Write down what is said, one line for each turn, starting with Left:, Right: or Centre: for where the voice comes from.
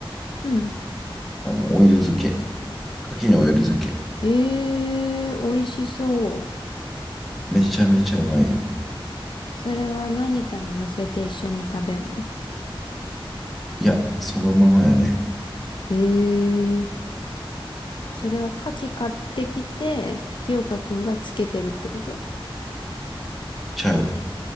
Left: うん。
Centre: あの、オイル漬け。牡蠣のオイル漬け。
Left: えー、美味しそう。
Centre: めちゃめちゃうまいよ。
Left: それは何かに乗せて一緒に食べんの
Centre: いや、そのままやね。
Left: えー、それは牡蠣買ってきて、清香くんがつけてるってこと
Centre: ちゃう。